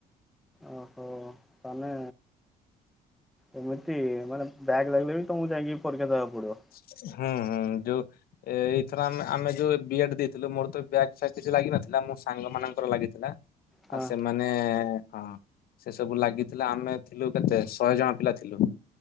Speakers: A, in the centre; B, on the left.
A: ଓହୋ ତାହେଲେ ଏମିତି ମାନେ ବ୍ୟାଗ୍ ଲାଗିଲେ ବି ତମକୁ ଯାଇକି ପରୀକ୍ଷା ଦେବାକୁ ପଡିବ।
B: ହୁଁ ହୁଁ ଯୋଉ ଏ ଏଇଥର ଆମେ ଆମେ ଯୋଉ ବି ଏଡ୍ ଦେଇଥିଲୁ ମୋର ତ ବ୍ୟାକ ଫ୍ୟାକ କିଛି ଲାଗିନଥିଲା, ମୋ ସାଙ୍ଗମାନଙ୍କର ଲାଗିଥିଲା
A: ହଁ
B: ଆଉ ସେମାନ ନେ ହଁ ସେ ସବୁ ଲାଗିଥିଲା ଆମେ ଥିଲୁ କେତେ ଶହେ ଜଣ ପିଲାଥିଲୁ।